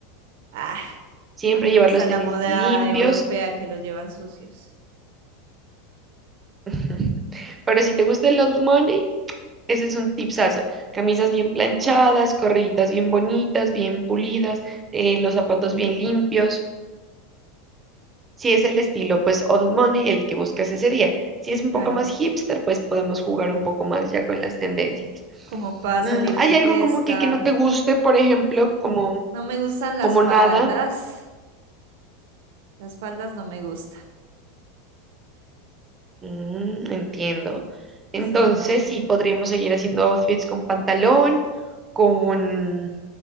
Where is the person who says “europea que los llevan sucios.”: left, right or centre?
Right